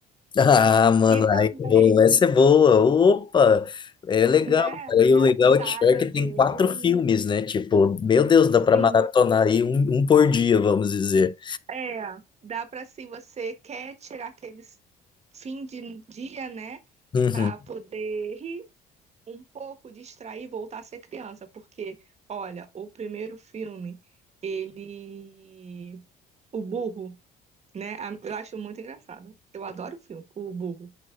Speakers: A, on the left (about 25°); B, on the right (about 40°).
A: Ah, mano,
B: E também,
A: aí é bom, essa é boa. Opa, é legal.
B: né,
A: cara. E
B: é
A: o legal
B: a saga
A: é que Shrek
B: dele.
A: tem quatro filmes, né? Tipo, meu Deus, dá pra
B: Sim,
A: maratonar aí um, um por dia, vamos dizer.
B: é. Dá para se você quer tirar aquele fim de dia, né?
A: Uhum.
B: para poder rir um pouco distrair e voltar a ser criança, porque, olha, o primeiro filme, ele. O burro, né? a- Eu acho muito engraçado. Eu adoro o filme, o burro.